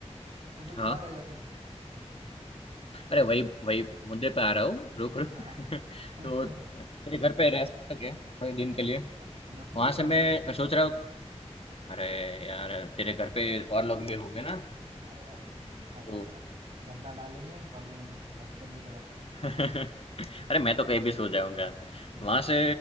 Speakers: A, on the right; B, on the left.
A: तो फिर
B: हाँ
A: कहाँ रहेगा तू
B: अरे वही वही मुद्दे पे आ रहा हूँ रुक रुक
A: हाँ
B: <laughs>
A: <laughs> अच्छा
B: तो तेरे
A: अच्छा
B: घर पे रह सकता क्या थोड़े
A: अरे
B: दिन के लिए
A: तो मैं पूछ
B: वहां
A: क्यों
B: से
A: रहा हूँ
B: मैं
A: तुझसे
B: सोच रहा हूँ अरे यार तेरे घर पे और लोग भी होंगे ना
A: अरे देखा जाएगा
B: तो
A: गद्दा डालेंगे पड़ जाएंगे बचपन की तरह
B: <laughs> अरे
A: <laughs>
B: मैं तो कहीं भी सो जाऊंगा
A: हाँ
B: वहां से